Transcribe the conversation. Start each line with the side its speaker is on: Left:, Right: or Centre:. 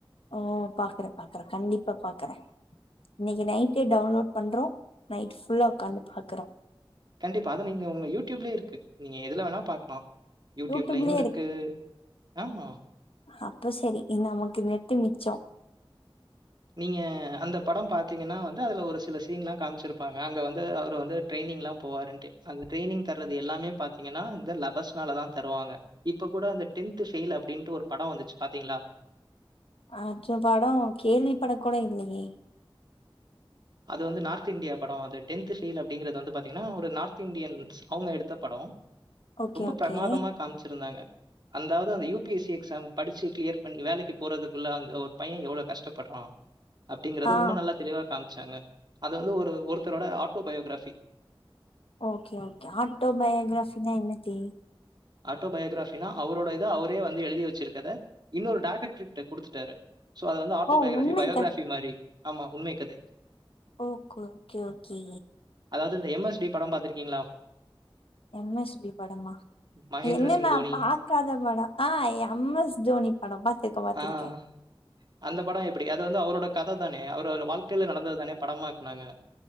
Left: ம் பாக்குற பாக்குற கண்டிப்பா பாக்குற இன்னைக்கு நைட்டே டவுன்லோட் பண்றோ நைட் ஃபுல்லா உக்காந்து பாக்றோ
Right: கண்டிப்பா அத நீங்க உங்க யூடியூப்லயே இருக்கு நீங்க எதுல வேணா பாக்கலாம் யூடியூப்லயும்
Left: யூடியூப்லயே
Right: இருக்கு ஆமா
Left: அப்போ சரி இ நமக்கு நெட்டு மிச்சம்
Right: நீங்க அந்த படம் பாத்தீங்கன்னா வந்து அதுல ஒரு சில சீன் எல்லாம் காமிச்சிருப்பாங்க அங்க வந்து அவரு வந்து ட்ரெயின் னிங்லாம் போவருன்ட்டு அந்த ட்ரைனிங் தர்றது எல்லாமே பாத்தீங்கன்னா இந்த லபஸ்னால தான் தருவங்க இப்ப கூட அந்த டென்த் ஃபெயில் அப்படின்னுட்டு ஒரு படம் வந்துச்சு பாத்தீங்களா
Left: அஜம் படம் கேள்வி பட கூட இல்லயே
Right: அது வந்து நார்த் இந்தியா படம் அது டென்த் ஃபெயில் அப்படிங்கது வந்து பாத்தீங்கன்னா ஒரு நார்த் ர்த் இந்தியன்ஸ் அவங்க எடுத்த படம்
Left: ஓகே
Right: ரொம்ப
Left: ஓகே
Right: பிரமாதமா காமிச்சிருந்தாங்க அந்தாவது அந்த U P S C exam படிச்சு கிளியர் பண்ணி வேலைக்கு போறதுக்குள்ள அந்த ஒரு பையன் எவ்வளவு கஷ்டப்பட்றா அ அப்படிங்கறத
Left: ஆ
Right: ரொம்ப நல்லா தெளிவா காம் க்காங்க அது வந்து ஒரு ஒருத்தரோட ஆட்டோ பயோகிரஃபி
Left: ஓகே ஓகே ஆட்டோ பயோகிராஃபின்னா என்னது
Right: ஆட்டோ பயோகிராஃபின்னா அவரோட இத அவரே வந்து எழுதி வச்சிருக்கத இன்னொரு டைரக்டர் கிட்ட குடுத்துட்டாரு சோ அது வந்து ஆட்டோ
Left: ஓ
Right: பயோகிரஃபி
Left: உண்மை
Right: பயோகிரஃபி மாறி ஆமா உண்மை கதை
Left: ஓக்கு கே ஓகே
Right: அது எம் எஸ் டி படம் பாத்திருக்கீங்களா
Left: எம் எஸ் டி படமா
Right: மகேந்திர
Left: என்னண்ணா
Right: சிங் தோனி.
Left: பாக்காத படம் ஆ எம் எஸ் தோனி படமா த்திருக்க பாத்திருக்கேன்
Right: ஆ. அந்த படம் எப்படி அது வந்து அவரோட கத தானே அவரோட வாழ்க்கையில நடந்தது தானே படமா ஆக்குனாங்க